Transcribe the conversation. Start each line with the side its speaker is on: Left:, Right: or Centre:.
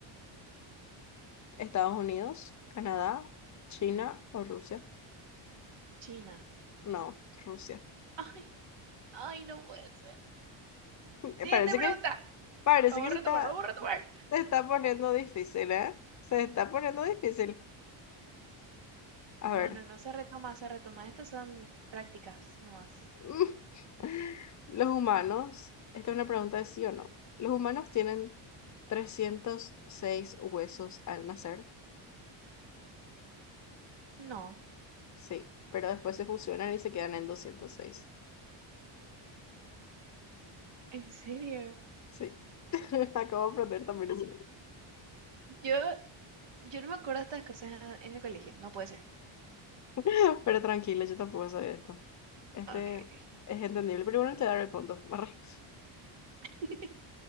Left: ¿Estados Unidos, Canadá, China o Rusia?
Right: China.
Left: No, Rusia.
Right: Ay, ay, no puede ser.
Left: <laughs>
Right: Siguiente
Left: Parece
Right: pregunta.
Left: que Parece
Right: Vamos
Left: que
Right: a retomar,
Left: se está,
Right: vamos a retomar.
Left: se está poniendo difícil, ¿eh? Se está poniendo difícil. A
Right: No,
Left: ver,
Right: no, no se retoma, se retoma. Estas son prácticas nomás.
Left: <laughs> los humanos, esta es una pregunta de sí o no. ¿Los humanos tienen 306 huesos al nacer?
Right: No.
Left: Sí, pero después se fusionan y se quedan en doscientos seis
Right: ¿En serio?
Left: Sí, <laughs> acabo de aprender también eso.
Right: Yo, yo no me acuerdo de estas cosas en el colegio. No puede ser.
Left: <laughs> Pero tranquila, yo tampoco sabía esto. Este
Right: Ok.
Left: es entendible, pero bueno, te daré el punto. <laughs>
Right: <laughs>